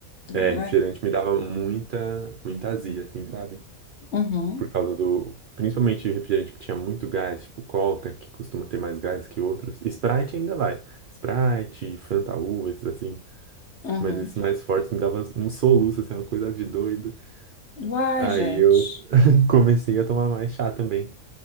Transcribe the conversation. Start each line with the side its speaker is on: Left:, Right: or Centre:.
Right: É,
Left: Mas,
Right: refrigerante me dava muita, muita azia, assim, sabe?
Left: uhum,
Right: por causa do. Principalmente refrigerante que tinha muito gás, tipo Coca, que costuma ter mais gás que outros. Sprite ainda vai. Sprite, Fanta Uva, esses assim.
Left: uhum.
Right: Mas esses mais fortes me dava um soluço, assim, uma coisa de doido.
Left: Uai,
Right: Aí
Left: gente.
Right: eu <laughs> comecei a tomar mais chá também.